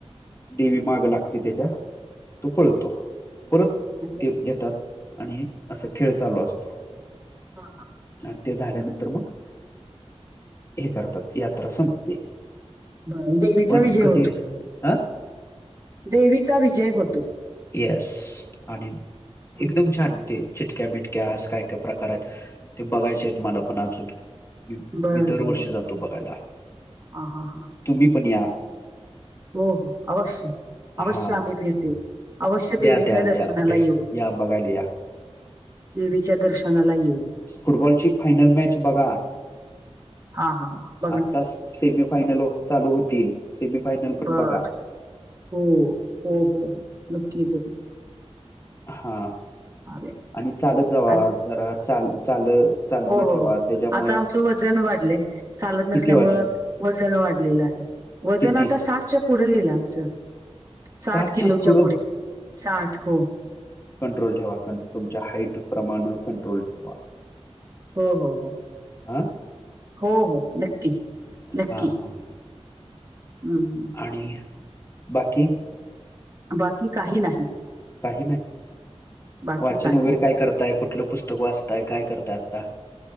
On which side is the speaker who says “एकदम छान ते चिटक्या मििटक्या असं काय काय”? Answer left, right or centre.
Left